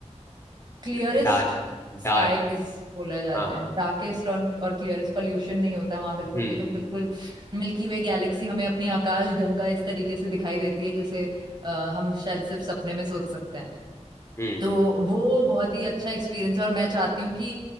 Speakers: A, on the right; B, on the left.
A: क्लियरेस्ट
B: डार्क
A: स्काईज
B: डार्क
A: बोला जाता
B: हाँ
A: है डार्केस्ट और और क्लियरेस्ट पोल्यूशन नहीं होता वहां बिल्कुल
B: हम्म
A: भी तो बिल्कुल मिल्की वे गैलेक्सी हमें अपनी आकाश गंगा इस तरीके से दिखाई देती है जैसे अ, हम शायद सिर्फ सपने में सोच सकते हैं
B: हम्म
A: तो वो बहुत ही अच्छा एक्सपीरियंस है और मैं चाहती हूँ कि